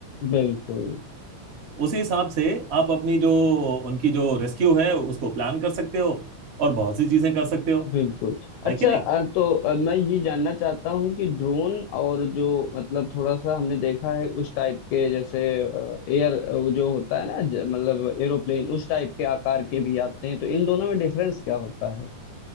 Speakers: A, on the left (about 85°); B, on the right (about 45°).
A: बिल्कुल
B: उसी हिसाब से आप अपनी जो उनकी जो रेस्क्यू है उसको प्लान कर सकते हो और बहुत सी चीजें कर सकते हो
A: बिल्कुल अच्छा
B: है कि नहीं
A: अ, तो अ, मैं ये जानना चाहता हूँ कि ड्रोन और जो मतलब थोड़ा सा हमने देखा है उस टाइप के जैसे एयर वो जो होता है ना ज- मतलब एरोप्लेन उस टाइप के आकार के भी आते हैं तो इन दोनों में डिफरेंस क्या होता है